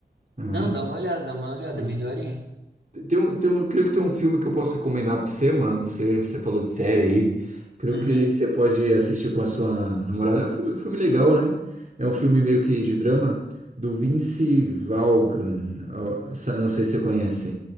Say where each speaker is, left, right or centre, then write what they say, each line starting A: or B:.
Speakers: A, on the right; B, on the right.
A: né?
B: Não, dá uma olhada, dá uma olhada,
A: É.
B: é bem daorinha.
A: Tem um, tem um, creio que tem um filme que eu posso recomendar pra você, mano. Você, você falou de série aí. Creio
B: Uhum.
A: que você pode assistir com a sua namorada. É um filme, filme legal, né? É um filme meio que de drama do Vince Vaughan. Ó, sa- Não sei se você conhece.